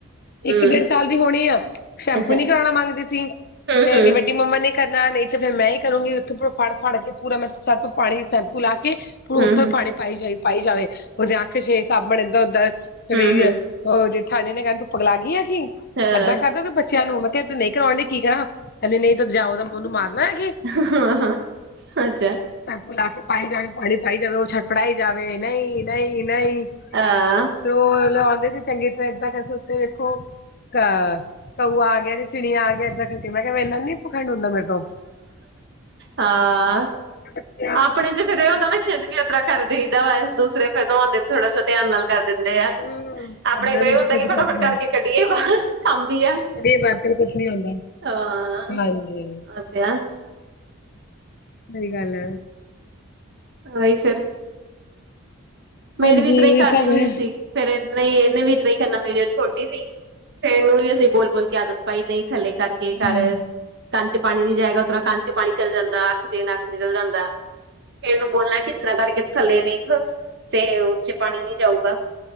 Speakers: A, on the right; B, on the left.
A: ਹੂੰ
B: ਇੱਕ ਡੇਢ ਸਾਲ ਦੀ ਹੋਣੀ ਆ ਸ਼ੈਂਪੂ
A: ਅੱਛਾ
B: ਨੀ ਕਰਾਉਣਾ ਮੰਗਦੀ ਸੀ,
A: ਹੂੰ
B: ਫੇਰ
A: ਹੂੰ
B: ਦੀ ਵੱਡੀ ਡੀ ਮੰਮਾ ਨੇ ਕਰਨਾ ਨਹੀਂ ਤੇ ਫਿਰ ਮੈਂ ਹੀ ਕਰੂੰਗੀ ਉੱਥੇ ਫੜ-ਫੜ ਕੇ ਪੂਰਾ ਮ ਤੋਂ ਪਾਣੀ ਸੈਂਪੂ ਲਾ ਕੇ ਉੱਥੋਂ
A: ਹੂੰ
B: ਹੀ ਪਾਣੀ ਪਾਈ ਜਾਏ ਪਾਈ ਜਾਵੇ ਉਹਦੇ ਅਖ ਛੇ ਸਾਬਣ ਏਦਾਂ-ਓਦਾਂ ਕਿਵੇ
A: ਹੂੰ ਹੂੰ
B: ਉਹ ਜੇਠਾਣੀ ਨੇ ਕਹਿਣ ਤੂੰ ਪਗਲਾ ਗਈ ਏ ਕੀ
A: ਹਾਂ
B: ਏਦਾਂ ਕਰਦਾ ਕੋਈ ਬੱਚਿਆਂ ਨੂੰ ਮੈਂ ਕਿਹਾ ਨਹੀਂ ਕਰਾਉਣ ਡੀ ਕੀ ਕਰਾਂ ਕਹਿੰਨੀ ਨਹੀਂ ਤਾਂ ਜਾਓ ਤਾਂ ਮੈ ਉਹਨੂੰ ਮਾਰਨਾ ਹੈਗੀ
A: ਹਾਂ ਹਾਂ ਅਛਾ
B: ਪਾੲਪ ਲਾ ਕੇ ਪਾਈ ਜਾਵੇ ਪਾਣੀ ਪਾਈ ਜਾਵੇ ਉਹਛਾਟ ਪੜਾਈ ਜਾਵੇ ਨਹੀਂ ਨਹੀਂ ਨਹੀਂ
A: ਅਹ
B: ਰੋਜ਼ ਲਗਾਉਂਦੇ ਸੀ ਚੰਗੀ ਤਰ੍ਹਾਂ ਏਦਾਂ ਕਰਕੇ ਉੱਤੇ ਵੇਖੋ ਅਹ ਘਊ ਆ ਗਿਆ ਤੇ ਚਿੜੀਆਂ ਆ ਗਿਆ ਏਦਾ ਕਰ ਮੈਂ ਕਿਹਾ ਇਨਾ ਨੀ ਪਖੰਡ ਹੁੰਦਾ ਮੇਰੇ ਤੋਂ
A: ਹਾਂ
B: ਬੱਚਿਆਂ
A: ਆਪਣੇ ਚ ਫਿਰ ਇਹ ਹੁੰਦਾ ਨਾ ਖਿੱਚ ਕੇ ਉਤਰਾ ਕਰਦੇ ਦੂਸਰੇ ਫੈਦਾ ਵਾਉਂਦੇ ਤੇ ਥੋੜਾ ਸਾ ਧਿਆਨ ਨਾਲ ਕਰ ਦਿੰਦੇ ਆ
B: ਨੂੰ ਹੂੰ
A: ਆਪਣੇ ਕੋ ਇਹ
B: ਨੂੰ
A: ਹੁੰਦਾ
B: ਕਿੱਥੇ
A: ਕਿ
B: ਦਿਖਾ
A: ਫਟਾਫਟ
B: ਕੇ ਜਾਏ
A: ਕਰਕੇ ਕੱਢੀਏ ਬਾਹਰ ਕੰਮ ਵੀ ਆ
B: <unintelligible> ਕੁਛ ਨੀ ਆਉਂਦਾ
A: ਹਾਂ
B: ਹਾਂਜੀ
A: ਉਹ ਤੇ ਆ
B: ਸਹੀ ਗੱਲ ਐ
A: ਆਈ ਫਿਰ ਮੇਰੀ
B: ਹਾਂਜੀ
A: ਵੀ ਤਰ੍ਹਾਂ ਹੀ
B: ਉਹੀ
A: ਖਾਦੀ
B: ਸਭ
A: ਹੁੰਦੀ
B: ਹੈ।
A: ਸੀ ਫੇਰ ਇਹਨਾ ਹੀ ਇਹਨੇ ਵੀ ਇਤਰਾ ਹੀ ਕਰੰਨਾ ਮੇਰੀ ਛੋਟੀ ਸੀ ਫਿਰ ਇਹਨੂੰ ਵੀ ਅਸੀਂ ਬੋਲ ਬੋਲ ਕੇ ਆਦਤ ਪਾਈ ਦੇਈ ਥੱਲੇ ਕਰਕੇ ਘਰ
B: ਹਾਂਜੀ
A: ਕੰਨ ਚ ਪਾਣੀ ਨੀ ਜਾਏਗਾ ਉਤਰਾਂ ਕੰਨ ਚ ਪਾਣੀ ਚੱਲ ਜਾਂਦਾ ਅਖਜੇ ਨਾ ਚਲ ਜਾਂਦਾ ਫੇਨੂੰ ਬੋਲਣਾ ਕਿਸ ਤਰ੍ਹਾਂ ਕਰਕੇ ਥੱਲੇ ਵੇਖ ਤੇ ਉਥੇ ਪਾਣੀ ਨੀ ਜਾਊਗਾ